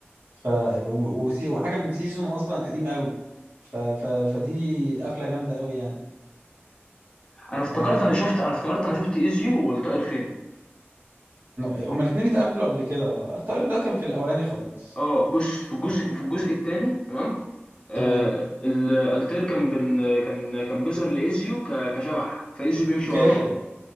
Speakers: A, on the right; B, on the left.
A: ف و- وسي- وحاجه من سيزون اصلا قديمه قوي ف... ف... فدي قفله جامده قوي يعني
B: انا افتكرت
A: فكانوا
B: انا شفت انا افتكرت انا شفت ازيو والطائر فين
A: هما الاثنين اتقابلوا قبل كده اه الطائر ده كان في الاولاني خالص
B: اه بص في الجزء في الجزء الثاني تمام آه،
A: تمام
B: الالتير كان بن كان كان بيظهر لايزيو ك- كشبح فايزيو بيمشي
A: اوكي
B: وراه